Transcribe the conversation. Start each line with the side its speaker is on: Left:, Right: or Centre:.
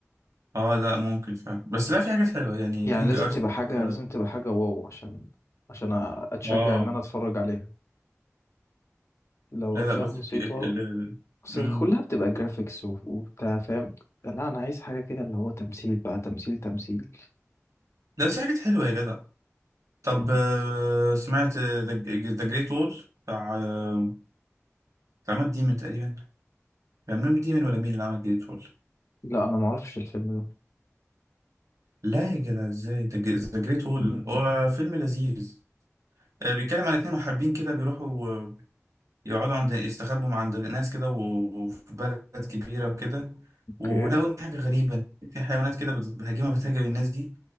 Right: اه لا ممكن فعلا بس لا في حاجات حلوة يعني
Left: يعني
Right: كينج
Left: لازم
Right: ارت
Left: تبقى حاجة
Right: اه
Left: لازم تبقى حاجة واو عشان عشان اتشجع
Right: آه.
Left: ان انا اتفرج عليها لو
Right: لا
Left: افلام
Right: لا بس
Left: بسيطة
Right: ك- ك- ال-
Left: بس
Right: مم.
Left: كلها بتبقى جرافيكس وبتاع فاهم لا انا عايز حاجة كده اللي هو تمثيل بقى تمثيل تمثيل
Right: لا بس في حاجات حلوة يا جدع طب
Left: مم.
Right: آه، سمعت ذا جريت وول بتاع آه، بتاع مات ديمن تقريبا كان مات ديمن ولا مين اللي عمل جريت وول
Left: لا انا معرفش الفيلم ده
Right: لا يا جدع ازاي ذا جريت وول
Left: مم.
Right: هو فيلم لذيذ آه، بيتكلم عن اتنين محاربين كده بيروحوا آه، يقعدوا عند يستخبوا مع عند ناس كده و- وفي بلد كبيرة وكده
Left: اوكي
Right: ولقوا إن حاجة غريبة في حيوانات كده بت- هجيمة بتهاجم الناس دي